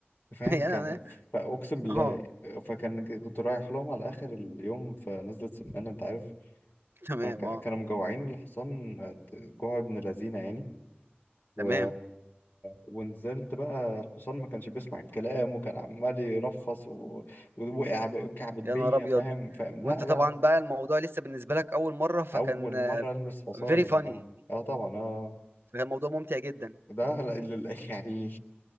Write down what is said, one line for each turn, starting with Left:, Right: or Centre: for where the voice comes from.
Left: فاهم
Right: <laughs> يا
Left: كان
Right: أنا-
Left: فاقسم بالله
Right: اه
Left: فكان كنت رايح لهم على اخر اليوم في نزله سمانه انت عارف
Right: تمام
Left: فكانوا
Right: اه
Left: مجوعين الحصان آه، جوع ابن لذينه يعني و...
Right: تمام
Left: ونزلت بقى الحصان ما كانش بيسمع الكلام وكان عمال يرفص و... ووقع بقى- وكعب البية
Right: يا نهار ابيض
Left: فاهم فاهم لا
Right: وانت طبعا
Left: لا
Right: بقى الموضوع لسه بالنسبه لك اول مره فكان
Left: اول مره المس حصان
Right: فيري
Left: يعني
Right: فاني
Left: اه اه طبعا اه
Right: فكان الموضوع ممتع جدا
Left: ده لا- ال- <laughs> ال- يعني